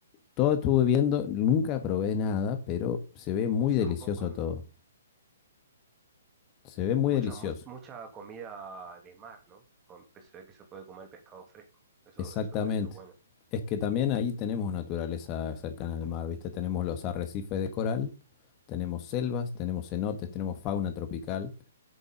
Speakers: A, on the left; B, on the right.
A: Todo estuve viendo, nunca probé nada, pero se ve muy
B: Muchos
A: delicioso
B: tampoco.
A: todo. Se ve muy
B: Mucha,
A: delicioso.
B: mu- mucha comida de mar, ¿no? Con se ve que se puede comer pescado fresco. Eso,
A: Exactamente.
B: eso debe ser bueno.
A: Es que también ahí tenemos naturaleza cercana al mar, ¿viste? Tenemos los arrecifes de coral, tenemos selvas, tenemos cenotes, tenemos fauna tropical.